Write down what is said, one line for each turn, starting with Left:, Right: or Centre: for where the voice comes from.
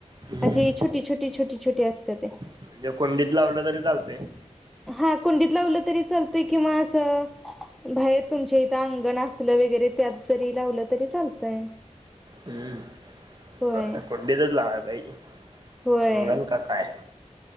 Right: हम्म
Centre: अशी छोटी छोटी छोटी छोटी असत्यात तय.
Right: म्हणजे कुंडीत लावलं तरी चालतय?
Centre: हा कुंडीत लावलं तरी चालतंय किंवा असं, बाहेर तुमच्या इथं अंगण असलं वगैरे त्यात जरी लावलं तरी चालतंय.
Right: हम्म,
Centre: होय
Right: बर कुंडीतच लावाय पाहिजे,
Centre: होय
Right: अंगण का काय